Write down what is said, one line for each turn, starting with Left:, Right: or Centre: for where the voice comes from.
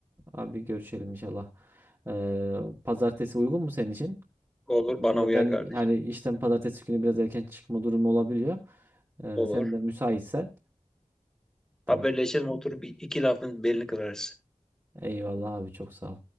Right: Abi görüşelim inşallah. Ee, pazartesi uygun mu senin için?
Centre: Olur,
Right: Ee,
Centre: bana uyar
Right: Ben
Centre: kardeşim.
Right: hani işten pazartesi günü biraz erken çıkma durumu olabiliyor. Ee,
Centre: Olur.
Right: sen de müsaitsen. Tamam.
Centre: Haberleşelim, oturup bir iki lafın belini kırarız.
Right: Eyvallah abi çok sağ ol.